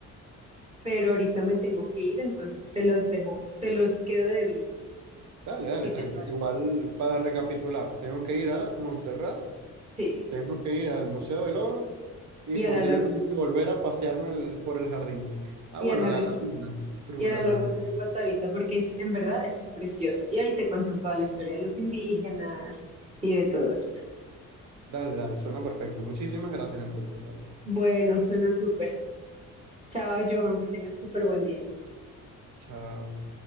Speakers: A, on the right; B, on the right.
A: pero ahorita me tengo que ir, entonces te los dejo, te los quedo debiendo,
B: Dale,
A: si
B: dale, tranqui.
A: te parece.
B: Igual para recapitular, tengo que ir a Montserrat
A: Sí,
B: Tengo que ir al Museo del Oro y
A: y
B: posiblemente
A: a la laguna
B: volver a pasearme al- por el jardín. Ah,
A: y
B: bueno,
A: al jardín.
B: la laguna. True,
A: y a la
B: la
A: laguna
B: laguna.
A: de Guatavita, porque es, en verdad es preciosa. Y ahí te cuentan toda la historia de los indígenas y de todo esto.
B: Dale, dale, suena perfecto. Muchísimas gracias entonces, dale.
A: Bueno, suena súper. Chao, Johan, que tengas súper buen día.
B: Chao.